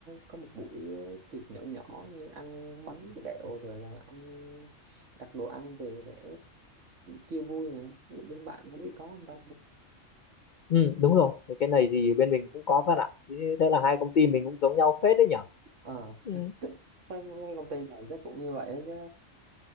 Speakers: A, on the right (about 65°); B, on the left (about 50°).
A: có một buổi tiệc nhỏ nhỏ như ăn bánh kẹo rồi là ăn đặt đồ ăn về để chia vui nè bên bạn không biết có không ta
B: Ừ, đúng rồi, cái cái này thì bên mình cũng có bạn ạ. Thế thế là hai công ty mình cũng giống nhau phết đấy nhở.
A: ờ <laughs>
B: Ừ.
A: à, cái công ty nào chắc cũng như vậy đó chứ